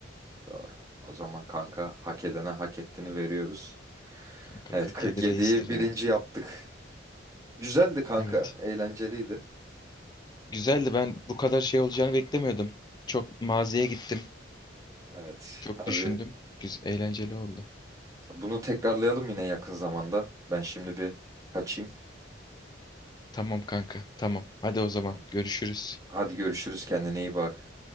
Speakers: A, on the right; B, on the left.
A: doğru. O zaman kanka hak edene hak ettiğini veriyoruz.
B: kanka
A: Evet
B: 47
A: 47'yi
B: reistir
A: birinci
B: ya.
A: yaptık. Güzeldi kanka,
B: Evet.
A: eğlenceliydi.
B: Güzeldi ben bu kadar şey olacağını beklemiyordum. Çok maziye gittim.
A: Evet.
B: Çok
A: Harbi.
B: düşündüm. Güzel, eğlenceli oldu.
A: Bunu tekrarlayalım yine yakın zamanda. Ben şimdi bir kaçayım.
B: Tamam kanka tamam. Hadi o zaman
A: Tamam.
B: görüşürüz.
A: Hadi görüşürüz. Kendine iyi bak.